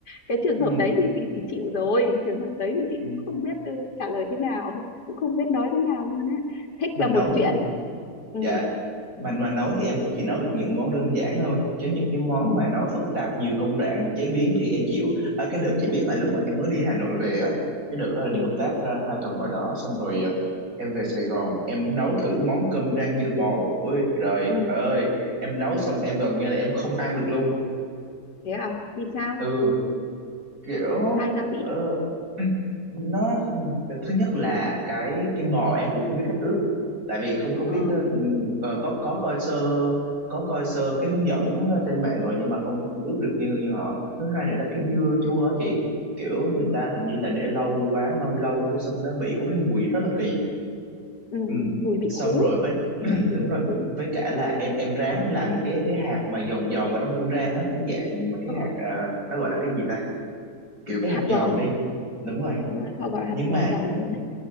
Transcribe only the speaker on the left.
cái trường
hợp đấy thì, thì thì chịu rồi trường hợp đấy thì chị
cũng không biết ừ, trả lời thế nào cũng không biết nói thế nào luôn á thích
là
một chuyện
ừ,
ừ,
ừ,
ừ.
thế à vì sao
thay gia vị
ờ
ừ,
đúng
rồi
ừ,
ừ, mùi vị
khú
thế
là mùi
dương
khú
ờ,
hạt
giòn
đúng rồi họ gọi
hạt giò
giòn luôn đấy.